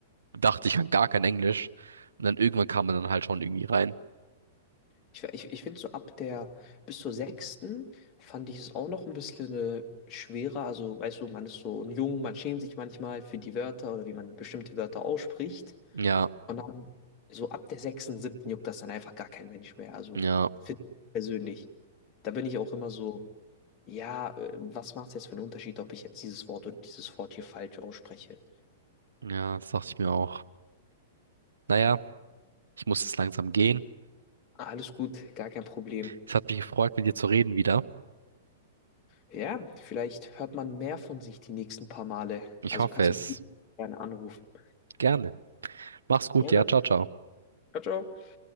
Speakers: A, on the right; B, on the left.
A: dachte, ich kann gar kein Englisch. Und dann irgendwann kam man dann halt schon irgendwie rein.
B: Ich, ich, ich finde so ab der bis zur sechsten fand ich es auch noch ein bisschen äh, schwerer. Also, weißt du, man ist so jung, man schämt sich manchmal für die Wörter oder wie man bestimmte Wörter ausspricht.
A: Ja,
B: Und dann so ab der sechsten, siebten juckt das dann einfach gar kein Mensch mehr. Also,
A: ja,
B: für ich persönlich. Da bin ich auch immer so, ja, äh, was macht es jetzt für einen Unterschied, ob ich jetzt dieses Wort oder dieses Wort hier falsch ausspreche?
A: ja, das dachte ich mir auch. Naja, ich muss jetzt langsam gehen.
B: Ah, Alles gut, gar kein Problem.
A: Es hat mich gefreut, mit dir zu reden wieder.
B: Ja, vielleicht hört man mehr von sich die nächsten paar Male.
A: Ich
B: Also
A: hoffe
B: kannst
A: es.
B: du mich gerne anrufen.
A: Gerne. Mach's gut,
B: Gerne.
A: ja, ciao, ciao.
B: Ciao, ciao.